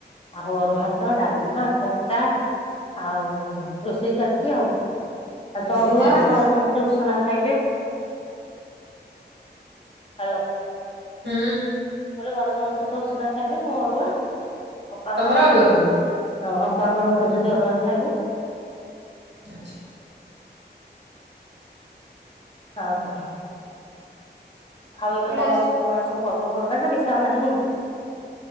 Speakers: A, on the left; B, on the right.
A: ଆଉ ଅରୁଆ ଭାତ ଡାଲମା ଖଟା ଆଉ ରୋଷେଇ ଚାଲିଛି ଆଉ । ଆ
B: ରୋଷେଇ
A: ତ ଅରୁଆ
B: ଚାଲିଛି
A: ଘରେ ସମସ୍ତେ ଉଷୁନା ଖାଇବେ। ହାଲୋ!
B: ହୁଁ।
A: ଘରେ ସମସ୍ତେ ତ ଉଷୁନା ଖାଇବେ ମୁଁ ଅରୁଆ। ବାପାଙ୍କର
B: ତମର
A: ମର
B: ଅରୁଆ
A: ଯଦି
B: ଖାଲି
A: ଅରୁଆ ହଁ ବାପାଙ୍କର ମୋର ଯଦି ଅରୁଗ ଖାଇବୁ
B: ଆଚ୍ଛା।
A: ଆଉ କଣ! ଆଉ ଏବେ
B: କୁଆଡେ
A: କଣ
B: ଆସ
A: ଅଛି ତମର ସବୁ ପର୍ବପର୍ବାଣି ନା କିଛି ଆଉ ନାହିଁ?